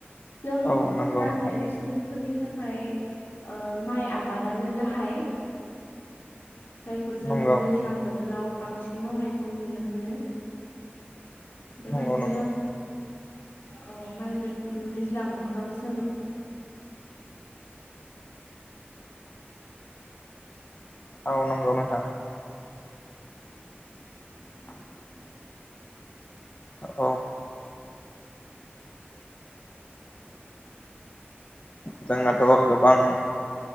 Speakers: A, on the left; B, on the left.
A: जों
B: औ नंगौ
A: गामियारि
B: नोंथां
A: सुबुं फोरनि थाखाय माइ आबादानो गाहाय। जायखौ जों
B: नंगौ
A: दैज्लां बोथोराव बांसिन मावनायखौ नुनो मोनो। बेबायदिनो
B: नंगौ नंगौ
A: औ माइबो दैज्लां बोथोराव जोङो
B: औ नंगौ नोथां। <unintelligible> ओ औ। जोंनाथ' गोबां